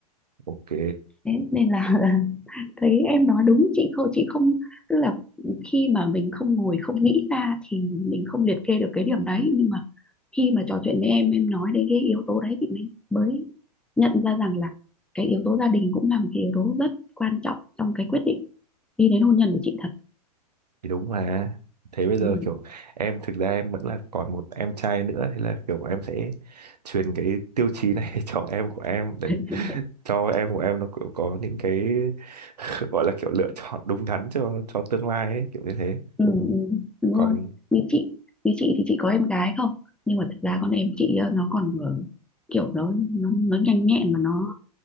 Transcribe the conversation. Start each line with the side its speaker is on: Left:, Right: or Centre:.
Right: Ok,
Centre: Thế nên là <laughs> thấy em nói đúng chị không chị không tức là khi mà mình không ngồi không nghĩ ra thì mình không liệt kê được cái điểm đấy nhưng mà khi mà trò chuyện với em em nói đến cái yếu tố đấy thì mình mới nhận ra rằng là cái yếu tố gia đình cũng là một cái yếu tố rất quan trọng trong cái quyết định đi đến hôn nhân của chị thật
Right: thì đúng mà. Thế bây giờ
Centre: ừ.
Right: kiểu em thực ra em vẫn là còn một em trai nữa thế là kiểu em sẽ truyền cái tiêu chí này <laughs> cho em của em để
Centre: <laughs>
Right: cho em của em nó kiểu có những cái <laughs> gọi là kiểu lựa chọn đúng đắn cho cho tương lai ấy, kiểu như thế.
Centre: ừ, ừ, đúng
Right: Còn
Centre: rồi như chị như chị thì chị có em gái không nhưng mà thật ra con em chị ờ, nó còn ờ, kiểu nó nó nó nhanh nhẹn mà nó